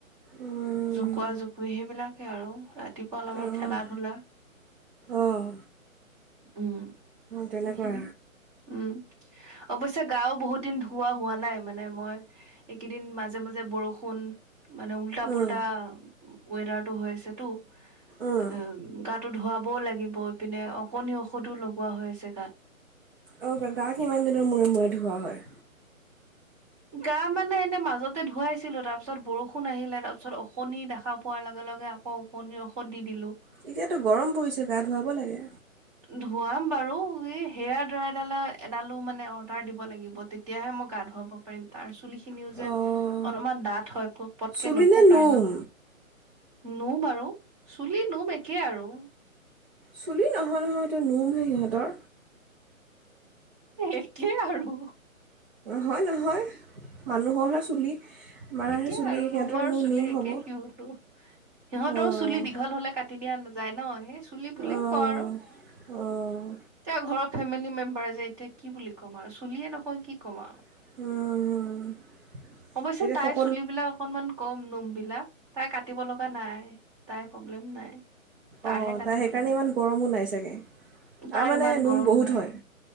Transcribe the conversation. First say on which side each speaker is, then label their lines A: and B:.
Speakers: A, on the right (about 40°); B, on the right (about 25°).
A: উম,
B: জোকুৱা জোকুৱি সেইবিলাক সেয়াই আৰু ৰাতিপুৱা অলপমান
A: অঁ
B: খেলা ধূলা,
A: অঁ
B: উম
A: তেনেকুৱা
B: সেইখিনি উম। অৱশ্যে গাও বহুত দিন ধুওৱা হোৱা নাই মানে মই এইকেইদিন মাজে মাজে বৰষুণ কুল মানে উল্টা
A: উম,
B: পুল্টা ৱেডাৰট টো হৈ আছে তো
A: উম,
B: অ গাটো ধোৱা বও লাগিব পিনে অকনি ঔষধো লগোৱা হৈ আছে গাত।
A: অঁ গাত ইমান দিনৰ মূৰে মূৰত ধুওা হয়?
B: গা মানে এনে মাজতে ধুৱাইছিলো, তাৰ পিছত বৰষুণ আহিলে তাৰ পিছত ওকণি দেখা পোৱাৰ লগে লগে আকৌ অকণিৰ ঔষধ দি দিলো।
A: এতিয়াতো গৰম পৰিছে গা ধুৱাব লাগে।
B: ধোৱাম বাৰু এই হেয়াৰ ড্ৰাই এডাল এডালো মানে অৰ্ডাৰ দিব লাগিব তেতিয়াহে মই গা ধুৱাব পাৰিম তাৰিছত চুলি খিনিও যে
A: অঁ
B: অলপমান ডাঠ হয় পটকে
A: চুলি
B: নুসুকাই
A: নে নোম
B: ন। নোম আৰু চুলি নোম একে আৰু।
A: চুলি নহয় নহয় এইটো নোম নাই সিহঁতৰ।
B: একেই আৰু।
A: হয় নহয় মানুহৰহে চুলি আমাৰহে
B: একে
A: চুলি
B: আৰু নৌমাৰ
A: সিহঁতৰ নো
B: চুলি
A: নোম
B: একে
A: হ'ব
B: সিহঁতো, সিহঁতৰো
A: অঁ
B: চুলি দীঘল হলে কাটি দিয়া না যায় ন, সে চুলি বুলি
A: অঁ
B: কওঁ আৰু, এতিয়া
A: অঁ
B: ঘৰ ফেমিলি মেম্বাৰ যে এতিয়া কি বুলি ক'ম আৰু চুলিয়ে নকয় কি ক'ম আৰু
A: হম হম, এ
B: অৱশ্যে তাইৰ চুলিবিলাক অকণমান কম নুম বিলাক তাই কাটিব লগা নাই, তাই প্ৰব্লেম নাই তাৰহে
A: অহ,
B: কাটিব
A: তাইৰ সেইকাৰণে
B: লাগে
A: ইমান গৰমো নাই চাগে,
B: তাই
A: তাৰমানে
B: ইমান
A: নোম
B: গৰম
A: বহুত
B: নাই
A: হয়।